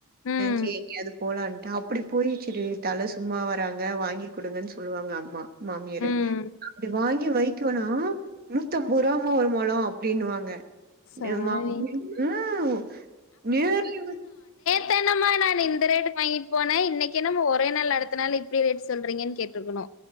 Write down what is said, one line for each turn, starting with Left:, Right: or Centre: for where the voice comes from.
Left: ம்
Right: சரி எங்கயாது போலான்ட்டு அப் புடி போயி சரி தல சும்மா வராங்க வாங்கி குடுங்கன் சொல்லுவாங்க அம்மா மாமியாரு
Left: ம்
Right: இது வாங்கி வைக்கவனா நூத்தம்பது ரூபாமா ஒரு மொழோ அப்டின்னுவாங்க
Left: சாமி
Right: ஏமா அப்டி ம் <unintelligible>
Left: துதான நான் இந்த ரேட்டுக்கு வாங்கிட்டு போனேஇன்னைக்கு என்னமா ஒரே நாள்ல அடுத்த நாள் இப்டி ரேட் சொல்றீங்கன் கேட்ருக்கனு